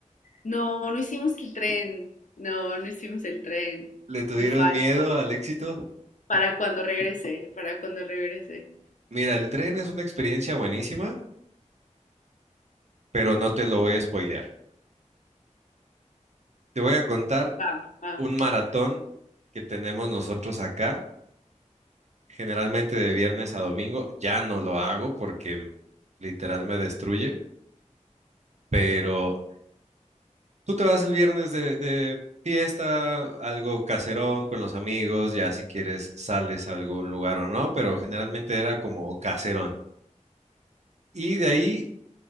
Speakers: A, on the left; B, on the right.
A: no, no hicimos el tren, no, no hicimos el tren.
B: le tuvieron
A: Me falta.
B: miedo al éxito.
A: Para cuando regrese, para cuando regrese.
B: Mira, el tren es una experiencia buenísima, pero no te lo voy a spoilear. Te voy a contar
A: Vamos, vamos.
B: un maratón que tenemos nosotros acá, generalmente de viernes a domingo. Ya no lo hago porque literal me destruye, pero tú te vas el viernes de, de fiesta, algo caserón con los amigos, ya si quieres sales a algún lugar o no, pero generalmente era como caserón. Y de ahí